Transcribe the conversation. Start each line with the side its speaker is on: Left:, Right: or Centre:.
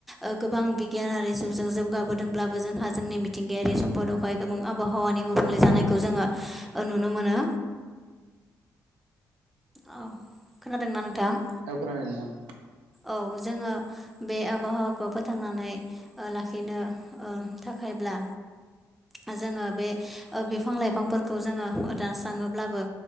Centre: ओ गोबां बिगियानारि जिउजों जौगाबोदोंब्लाबो जोंहा जोंनि मिथिंगायारि सम्पदावहाय गोबां आबहावानि गुबुंले जा नायखौ जोङो नुनो मोनो। औ खोनादोंना नोंथां?
Right: औ खोनादों नोंथां।
Centre: औ जोङो बे आबहावाखौ फोथांनानै ओ लाखिनो ओ थाखायब्ला ओ जोङो बे ओ बिफां लाइफांफोरखौ जोङो दानस्राङोब्लाबो